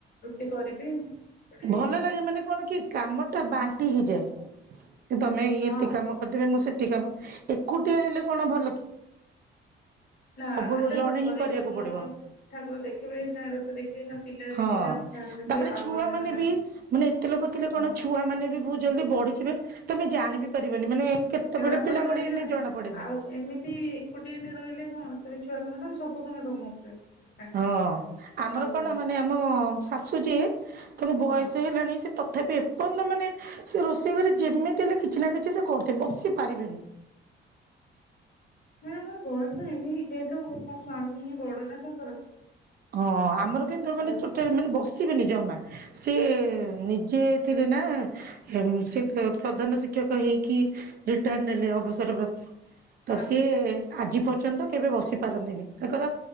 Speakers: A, on the left; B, on the right.
A: ରୁଟି କରିବି। ଏପଟେ
B: ଭଲ ଲାଗେ ମାନେ କଣ କି କାମ ଟା ବାଣ୍ଟି ହେଇଯାଏ କି ତମେ ଇଏ
A: ହଁ
B: ଏତିକି କାମ କରିଦେବେ ମୁଁ ସେତିକିକାମ ଏକୁଟିଆ ହେଲେ କଣ ଭଲ କି।
A: ନା
B: ସବୁ
A: ଏଇଟା
B: ଜଣେ
A: କରିହବନି
B: ହିଁ କରିବାକୁ ପଡିବ
A: ମୁଁ ଠାକୁର ଦେଖିବେ ନା ରୋଷେଇ ଦେଖିବେ ନା ପିଲା
B: ହଁ।
A: ଦିଦିଟାଙ୍କୁ ଖାଇବାର ଦେବେ
B: ତାପରେ
A: ଆଉ
B: ଛୁଆ
A: ଅନ୍ୟମାନଙ୍କୁ
B: ମାନେ ବି ମାନେ ଏତେ ଲୋକ ଥିଲେ କଣ
A: ହଁ
B: ଛୁଆ ମାନେ ବି ବହୁତ ଜଲଦି ବଢି ଯିବେ ତମେ ଜାଣିିବି ପାରିବନି ମାନେ କେତେବେଳେ
A: ଜଣା ପଡିବନି
B: ପିଲା ବଡେଇଲେ
A: ନା
B: ଜଣା ପଡେନି।
A: ଆଉ ଏମିତି ଗୋଟଏ ଗୋଟିଏରେ ରହିଲେ କଣ ହଁ ତମେ ଛୁଆ କାମ କଣ ତମେ ସବୁ କାମ ତମ ଉପରେ। ଡିପେଣ୍ଡ
B: ହଁ ଆମର
A: ଆଉ
B: କଣ
A: ହଁ
B: ମାନେ ଆମ ଶାଶୁ ଯିଏ ତାଙ୍କ ବୟସ
A: ହଁ
B: ହେଲାଣି ସେ ତ ତଥାପି ଏପର୍ଯ୍ୟନ୍ତ ମାନେ ସେ ରୋଷେଇ ଘରେ ଯେମିତି ହେଲେ କିଛି ନା କିଛି ସେ କରୁଥିବେ ସେ ବସି ପାରିବେନି।
A: ନାଇଁ ମୋର ବୟସ ହେଇନି ଯେହେତୁ ମୋ ସ୍ଵାମୀ ହିଁ ବଡ ନା ତାଙ୍କର
B: ହଁ ଆମର
A: ଆଉ
B: କିନ୍ତୁ ମାନେ
A: ବୟସ
B: ଚୋଟେ ମାନେ ବସିବେନି ଜମା ସିଏ
A: ହଁ
B: ନିଜେ ଥିଲେ ନା ହେମସି ତ ପ୍ରଧାନ ଶିକ୍ଷକ ହେଇକି ରିଟାର୍ଡ଼ ନେଲେ ଅବସର
A: ଆଚ୍ଛା
B: ପ୍ରାପ୍ତ ତ
A: ହଁ
B: ସେ
A: ହଁ ହଁ।
B: ଆଜି ପର୍ଯ୍ୟନ୍ତ କେବେ ବସି ପାରନ୍ତିନି। ତାଙ୍କର